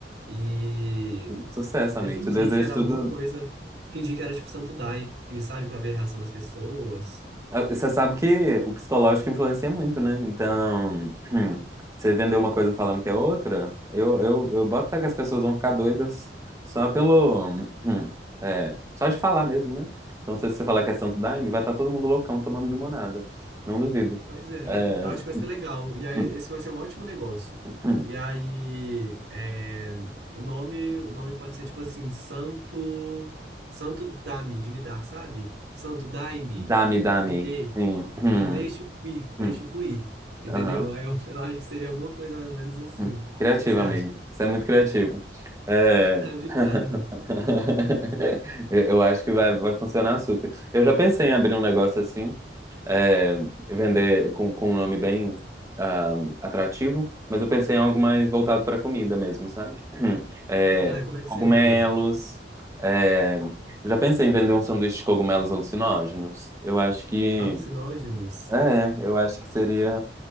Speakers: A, on the right; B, on the right.
A: e,
B: Sucesso, amigo.
A: e fingir
B: Te desejo
A: que era
B: tudo,
A: alguma coisa, fingir que era tipo Santo Daime, sabe, para ver a reação das pessoas.
B: Ah, Você sabe que o psicológico influencia muito, né? Então, hum, você vender uma coisa falando que é outra, eu, eu, eu boto fé que as pessoas vão ficar doidas só pelo. hum, hum, é, só de falar mesmo, né? Então, se você falar que é Santo Daime, vai estar todo mundo loucão tomando limonada. Não duvido.
A: Pois é,
B: É,
A: eu acho que vai ser legal. E aí,
B: hum,
A: esse vai ser um ótimo negócio.
B: hum,
A: E aí, é, o nome, o nome pode ser tipo assim, Santo, Santo Dá-me, de me dar, sabe? Santo dai-me,
B: dame, dame.
A: me dê,
B: Sim.
A: entendeu?
B: hum,
A: Deixa o cuir, deixa
B: hum, hum.
A: o cuir, entendeu?
B: Aham.
A: Aí eu, eu acho que seria alguma coisa mais ou menos
B: <laughs>
A: assim.
B: Hum,
A: O
B: Criativo,
A: que que você acha?
B: amigo. Você é muito criativo. É...
A: <laughs> Obrigado.
B: <laughs> Eu eu acho que vai, vai funcionar super. Eu já pensei em abrir um negócio assim, é, vender com, com um nome bem ah, atrativo, mas eu pensei em algo mais voltado para comida mesmo, sabe? É,
A: Ah, como é que
B: cogumelos.
A: seria?
B: é, Já pensei em vender um sanduíche de cogumelos alucinógenos. Eu acho que
A: Alucinógenos?
B: é, eu acho que seria